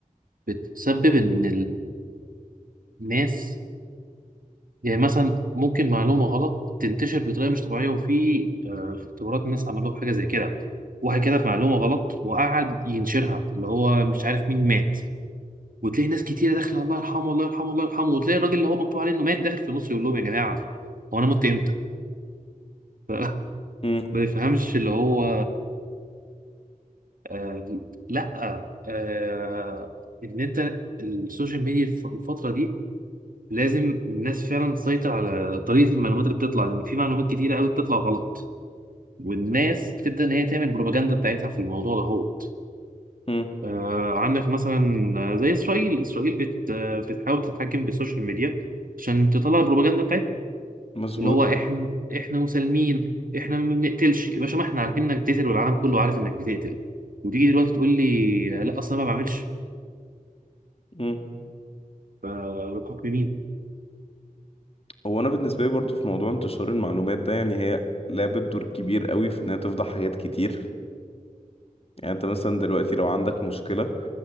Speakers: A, on the right; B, on the left.
A: بتسبب ان الناس يعني مثلا ممكن معلومة غلط تنتشر بطريقة مش طبيعية وفي آه، اختبارات الناس عملوها بحاجة زي كده واحد كتب معلومة غلط وقعد ينشرها اللي هو مش عارف مين مات وتلاقي ناس كتيرة داخلة الله يرحمه الله يرحمه الله يرحمه وتلاقي الراجل اللي هو مكتوب عليه انه مات داخل في النص يقول لهم يا جماعة هو انا مت امتى؟ <laughs>
B: مم،
A: ما تفهمش اللي هو آه لا آه ان انت السوشيال ميديا الف- الفتره دي لازم الناس فعلا تسيطر على طريقه المعلومات اللي بتطلع لان في معلومات كتيره قوي بتطلع غلط والناس تبدا ان هي تعمل بروباجندا بتاعتها في الموضوع ده هوت
B: مم،
A: آه عندك مثلا آه، زي اسرائيل اسرائيل بت آه، بتحاول تتحكم بالسوشيال ميديا عشان تطلع البروباجندا بتاعتها
B: مظبوط
A: اللي هو احنا احنا مسالمين احنا ما بنقتلش يا باشا ما احنا عارفين انك بتقتل والعالم كله عارف انك بتقتل وتيجي دلوقتي تقول لي آه، لا اصلا ما بعملش
B: مم.
A: فبتحكم مين؟
B: هو انا بالنسبة لي برضو في موضوع انتشار المعلومات ده يعني هي لعبت دور كبير قوي في انها تفضح حاجات كتير يعني انت مثلا دلوقتي لو عندك مشكلة